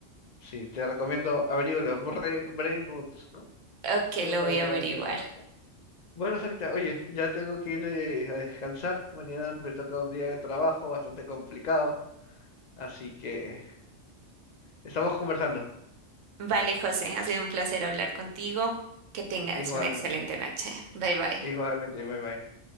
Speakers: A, on the left (about 50°); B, on the right (about 85°).
A: sí, te recomiendo averígualo, brain, brain rot, ¿no?
B: Ok,
A: Algo
B: lo
A: para
B: voy
A: que
B: a
A: puedas
B: averiguar.
A: averiguar. Bueno, Sarita, oye, ya tengo que ir eh, a descansar. Mañana me toca un día de trabajo bastante complicado, así que estamos conversando.
B: Vale, José, ha sido un placer hablar contigo. Que tengas
A: Igualmente,
B: una excelente noche. Bye bye.
A: igualmente, bye bye.